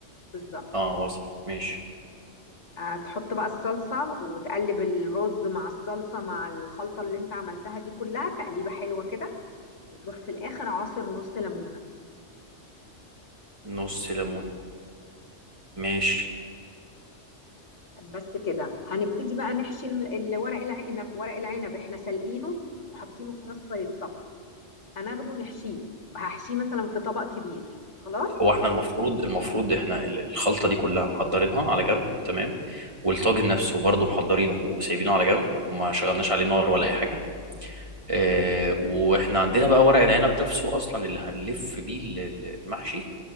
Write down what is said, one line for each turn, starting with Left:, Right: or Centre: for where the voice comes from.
Left: بالظبط
Right: اه وصل ماشي
Left: هتحط بقى الصلصة وتقلب الرز مع الصلصة مع الخلطة اللي انت عملتها دي كلها تقليبة حلوة كده وتروح في الآخر عصر نص ليمونة
Right: نص ليمونة ماشي
Left: بس كده هنبتدي بقى نحشي الم- ال- ورق العنب ورق العنب احنا سلقينه وحاطينه في مصفى يتصفى هناخده نحشيه وهحشيه مثلا في طبق كبير خلاص
Right: هو احنا المفروض المفروض احنا ال- الخلطة دي كلها محضرينها على جنب تمام والطاجن نفسه برضه محضرينه وسايبينه على جنب وما شغلناش عليه نار ولا اي حاجة اه واحنا عندنا بقى ورق العنب نفسه اصلا اللي هنلف بيه ال- ال- المحشي